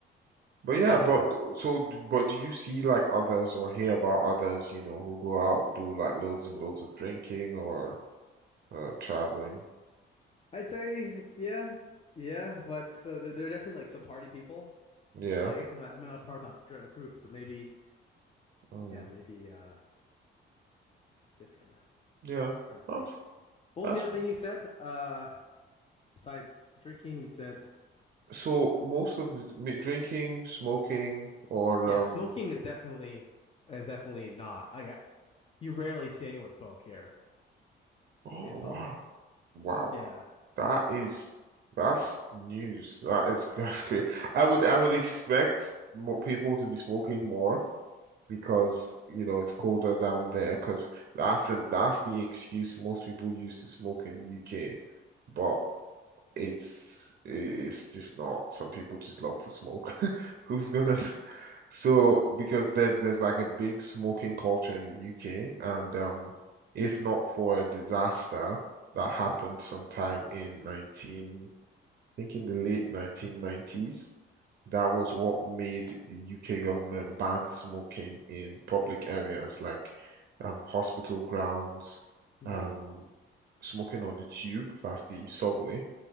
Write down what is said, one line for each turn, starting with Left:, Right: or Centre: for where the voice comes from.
Right: But yeah,
Left: yeah.
Right: but d- so, d- but do you see like others or hear about others, you know, who go out, do like loads and loads of drinking or Uh, traveling.
Left: I'd say yeah, yeah, but uh, there, there are definitely like some party people.
Right: Yeah.
Left: But I guess I'm not I'm not a part of that gr- group, so maybe
Right: Mm,
Left: yeah, maybe uh it's different. I'm
Right: yeah.
Left: trying to think.
Right: Well,
Left: What
Right: that's
Left: was the other thing you said? Uh besides drinking, you said
Right: so most of the ma- drinking, smoking, or
Left: yeah,
Right: um.
Left: smoking is definitely is definitely not. I got you rarely see anyone smoke here
Right: Oh
Left: in
Right: wow,
Left: public.
Right: wow.
Left: Yeah.
Right: That is that's news. That is <laughs> that's great. I would I would expect more people to be smoking more because you know it's colder down there. Because that's the that's the excuse most people use to smoke in the UK. But it's it's just not. Some people just love to smoke. <laughs> Who's gonna? s- So because there's there's like a big smoking culture in the UK, and um, if not for a disaster that happened sometime in 19, I think in the late 1990s, that was what made the UK government ban smoking in public areas like um hospital grounds,
Left: Hmm.
Right: um smoking on the tube, that's the subway